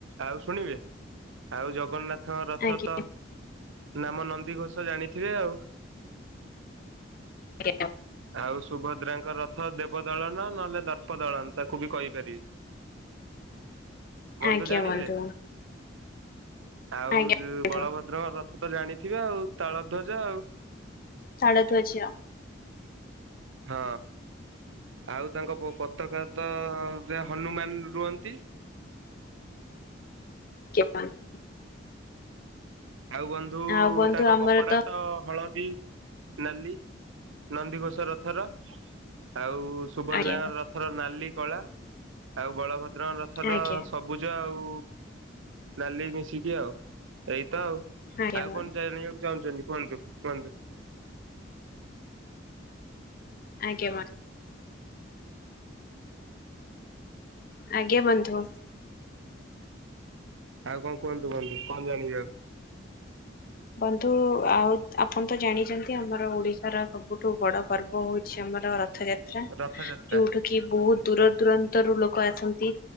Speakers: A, on the right (about 80°); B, on the left (about 45°).
A: ଆଉ ଶୁଣିବେ ଆଉ ଜଗନ୍ନାଥଙ୍କ ରଥ
B: ଆଜ୍ଞା।
A: ତ ନାମ ନନ୍ଦି ଘୋଷ ଜାଣିଥିବେ ଆଉ।
B: ଜଞ <unintelligible>
A: ଆଉ ସୁଭଦ୍ରାଙ୍କ ରଥ ଦେବ ଦଳନ ନହେଲେ ଦର୍ପ ଦଳନ ତାକୁ ବି କହିପାରିବି। <inaudible>
B: ଆଜ୍ଞା
A: ଜାଣିଲେ
B: ବନ୍ଧୁ।
A: ଆଉ
B: ଆଜ୍ଞା
A: ଯଉ
B: ବନ୍ଧୁ
A: ବଳଭଦ୍ରଙ୍କ ରଥ ତ ଜାଣିଥିବେ ଆଉ ତାଳ ଧ୍ୱଜ ଆଉ।
B: ତାଳ ଧୋଜ।
A: ହଁ ଆଉ ତାଙ୍କ ପତାକା ତ ଯେ ହନୁମାନ ରୁହନ୍ତି।
B: କପ <unintelligible>
A: ଆଉ ବନ୍ଧୁ
B: ଆଉ ବନ୍ଧୁ
A: ତାଙ୍କ
B: ଆମର
A: କପଡା ତ ହଳଦୀ। ନାଲି ନନ୍ଦିଘୋଷ ରଥର ଆଉ ସୁଭଦ୍ରାଙ୍କ
B: ଆଜ୍ଞା
A: ରଥ ରଥର ନାଲି କଳା ଆଉ ବଳଭଦ୍ର ରଥର
B: ଆଜ୍ଞା
A: ସବୁ ସବୁଜ ଆଉ ନାଲି ମିଶିକି ଆଉ। ତ ଆଉ
B: ଆଜ୍ଞା
A: ଆଉ
B: ବନ୍ଧୁ।
A: କଣ ଜ ଜାଣିବାକୁ ଚାହୁଁଛନ୍ତି କୁହନ୍ତୁ କୁହନ୍ତୁ।
B: ଆଜ୍ଞ। ଆଜ୍ଞା ବନ୍ଧୁ।
A: ଆଉ କଣ କୁହନ୍ତୁ କୁହନ୍ତୁ କଣ ଜାଣିବି ଆଉ।
B: ବନ୍ଧୁ ଆଉ ଆପଣ ତ ଜାଣିଛନ୍ତି ଆମର ଓଡିଶାର ସବୁଠୁ ବଡ ପର୍ବ ହଉ ଅଛି ଆମର ରଥ ଯାତ୍ରା
A: ରଥଯାତ୍ରା
B: ଯୋଉଠା କି ବହୁତ ଦୂର ଦୂରାନ୍ତରୁ ଲୋକ ଆସନ୍ତି।